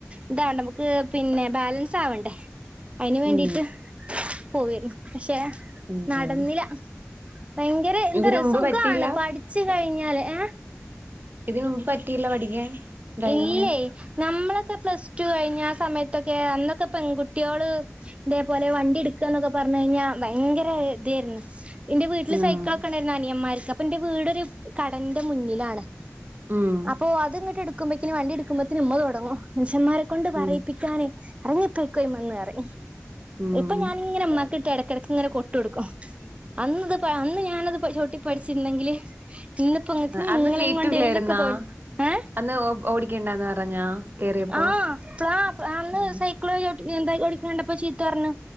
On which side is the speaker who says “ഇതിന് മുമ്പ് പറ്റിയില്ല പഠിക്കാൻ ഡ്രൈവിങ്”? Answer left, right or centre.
Right